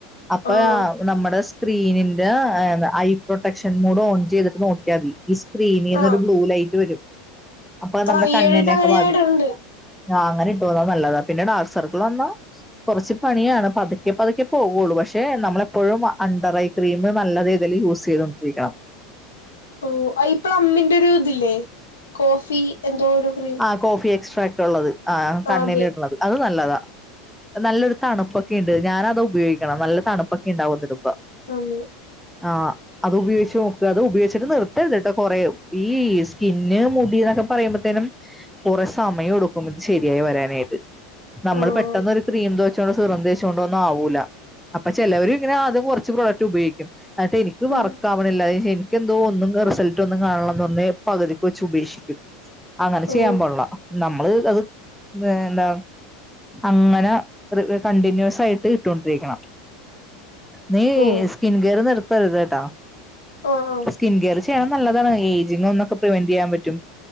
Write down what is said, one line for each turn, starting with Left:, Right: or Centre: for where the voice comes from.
Centre: അപ്പ
Left: ആഹ്
Centre: നമ്മുടെ സ്ക്രീനിന്റെ ഐ പ്രൊട്ടക്ഷൻ മോഡ് ഓൺ ചെയ്തിട്ട് നോക്കിയാതി ഈ സ്ക്രീനിൽന്ന്
Left: ആഹ്
Centre: ഒരു ബ്ലൂ ലൈറ്റ് വരും അപ്പൊ അത് നമ്മുടെ
Left: ആഹ് ഈയിടെയായിട്ട്
Centre: കണ്ണിനെക്കെ
Left: അങ്ങനെ
Centre: ബാധിക്കും
Left: ഞാൻ ഇടലുണ്ട്
Centre: ആഹ് അങ്ങനെ ഇട്ടൊ അതാ നല്ലത് പിന്നെ ഡാർക്ക് സർക്കിൾ വന്നാ കുറച്ച് പണിയാണ് പതുക്കെ പതുക്കെ പോകുള്ളൂ പക്ഷെ നമ്മളെപ്പോഴും അണ്ടർ ഐ ക്രീം നല്ല രീതിയിൽ യൂസ് ചെയ്തോണ്ടിരിക്കണം
Left: ഓ ഈ പ്ലമ്മിന്റെ ഒരു ഇതില്ലേ കോഫി എന്തോ ഒരു ക്രീം
Centre: ആ കോഫി എക്സ്ട്രാക്ട് ഉള്ളത് ആ കണ്ണില്
Left: ആഹ് അതെ
Centre: ഇടണത് അത് നല്ലതാ അത് നല്ലൊരു തണുപ്പൊക്കെ ഇണ്ട് ഞാന് അതാ ഉപയോഗിക്ക്ണത് നല്ല തണുപ്പൊക്കെ ഇണ്ടാവും അത് ഇടുമ്പോ
Left: ആന്ന്
Centre: ആഹ് അത് ഉപയോഗിച്ച് നോക്ക് അത് ഉപയോഗിച്ചിട്ട് നിർത്തരുത്ട്ടൊ കൊറെേ ഈ സ്കിൻ മുടി എന്നൊക്കെ പറയുമ്പോത്തേനും കുറേ സമയം എടുക്കും ഇത് ശെരിയായി വരാനായിട്ട് നമ്മൾ
Left: ആഹ്
Centre: പെട്ടെന്ന് ഒരു ക്രീം തച്ചോണ്ട് സിറം തേച്ച് ചൊണ്ടൊന്നും ആവൂല അപ്പൊ ചിലവര് ഇങ്ങനെ ആദ്യം കുറച്ച് പ്രൊഡക്റ്റ് ഉപയോഗിക്കും എന്നട്ട് എനിക്ക്
Left: ആഹ്
Centre: വർക്ക് ആവണില്ല എനിക്ക് എന്തോ ഒന്നും റിസൾട്ട് ഒന്നും കാണ്ല്ലാന്ന് പറഞ്ഞ് പകുതിക്ക് വെച്ച് ഉപേക്ഷിക്കും അങ്ങനെ ചെയ്യാൻ
Left: ഓ
Centre: പാടിള്ള നമ്മള് അത് എന്താ അങ്ങനെ കണ്ടിന്യൂസ് ആയിട്ട് ഇട്ടൊണ്ടിരിക്കണം നീ
Left: ഓ
Centre: സ്കിൻകെയർ നിർത്തരുത്ട്ടൊ
Left: ആഹ് ആഹ്
Centre: സ്കിൻ കെയർ നല്ലതാണ് ഏജിന്നൊക്കെ പ്രിവന്റ് ചെയ്യാൻ പറ്റും